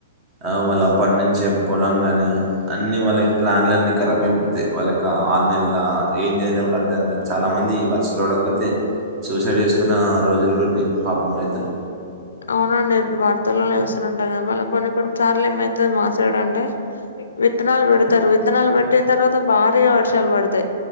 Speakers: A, on the right (about 30°); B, on the left (about 90°).
A: ఆ వాళ్ళ పండించే పొలం గాని అన్నిీ వాళ్ళయి ప్లాన్ లన్నీ ఖరాబ్ అయిపోతాయి వాళ్ళకి ఆన్లైన్ ల ఏం చేయలేరు కాబట్టి అర్ధం కాదు చాలా మంది వర్షలు పడకపోతే సూసైడ్ చేస్ ఇస్తున్న రోజులు ఉన్నాయి పాపం రైతులు
B: అవునండి వార్తల్లో చూస్తు ఉంటా క మళ్ళీ కొన్ని కొన్ని సార్లు ఏమైతే మాసైడంటే విత్తనాలు పెడతారు. విత్తనాలు పెట్టిన తర్వాత భారీగా వర్షాలు పడతాయి